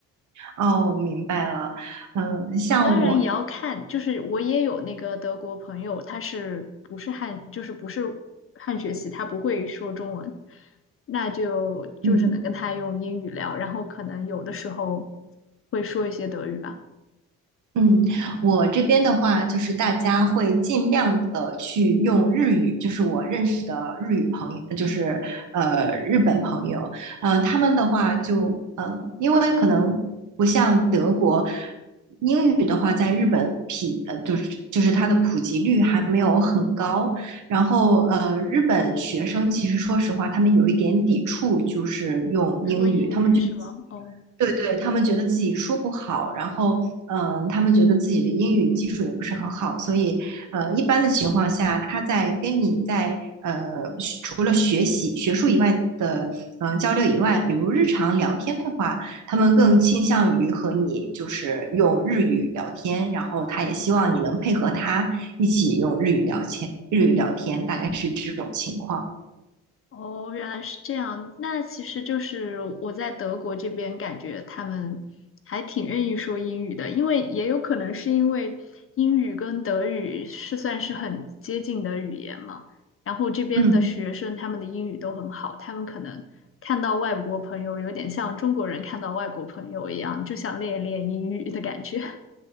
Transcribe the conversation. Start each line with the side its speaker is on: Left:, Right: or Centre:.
Right: 哦，明白了。嗯，像我，
Left: 啊，当然也要看，就是我也有那个德国朋友，他是不是汉，就是不是汉学习，他不会说中文，那就就只能跟他用英语聊，
Right: 嗯
Left: 然后可能有的时候会说一些德语吧。
Right: 嗯，我这边的话，就是大家会尽量的去用日语，就是我认识的日语朋友，就是呃日本朋友，呃，他们的话就，呃，因为可能不像德国。英语的话，在日本匹呃，就是就是它的普及率还没有很高，然后呃，日本学生其实说实话，他们有一点抵触，就是用英语，
Left: 说英语是吗？
Right: 他们觉
Left: 哦
Right: 对对，他们觉得自己说不好，然后嗯、呃他们觉得自己的英语基础也不是很好，所以呃，一般的情况下，他在跟你在呃学除了学习学术以外的呃交流以外，比如日常聊天的话，他们更倾向于和你就是用日语聊天，然后他也希望你能配合他一起用日语聊天，日语聊天大概是这种情况。
Left: 哦，原来是这样。那其实就是我在德国这边感觉他们还挺愿意说英语的，因为也有可能是因为英语跟德语是算是很接近的语言嘛。然后这边的学生他们的英语都很好，
Right: 嗯。
Left: 他们可能看到外国朋友有点像中国人看到外国朋友一样，就想练一练英语的感觉。